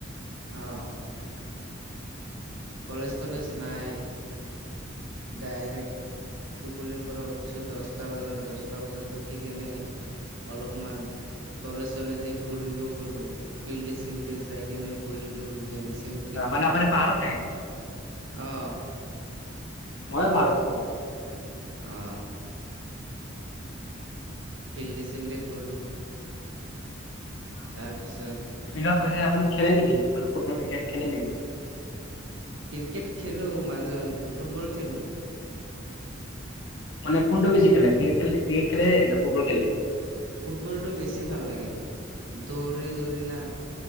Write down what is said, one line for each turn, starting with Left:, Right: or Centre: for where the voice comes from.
Right: অ'। কলেজ-তলেজ নাই ডাইৰেক্ট টোপনিৰ পৰা উঠিছো দহটা বজাত, দহটা বজাত উঠি কেনে অলপমান তলে-চলে দি ফুৰিব গ'লো ফিল্ডে-চিল্ডে যাই কেনে বহিলো গেম-চেম
Left: তাৰমানে আপুনি পাহাৰত থাকে?
Right: অ'।
Left: ময়ো পাহাৰত থাকোঁ।
Right: অ'। ফিল্ডে-চিল্ডে গ'লোঁ।
Left: দিয়ক।
Right: তাৰপিছত
Left: ফিল্ডত গৈছে আপুনি খেলে নেকি এনে মানে ফুটবল ক্ৰিকেট খেলে নেকি?
Right: ক্ৰিকেট খেলো মাজে মাজে, ফুটবল খেলো।
Left: মানে কোনটো বেছি খেলে ক্ৰিকেট খেলে নে, ক্ৰিকেট খলে নে ফুটবল খেলে?
Right: ফুটবলটো বেছি ভাল লাগে। দৌৰি দৌৰি না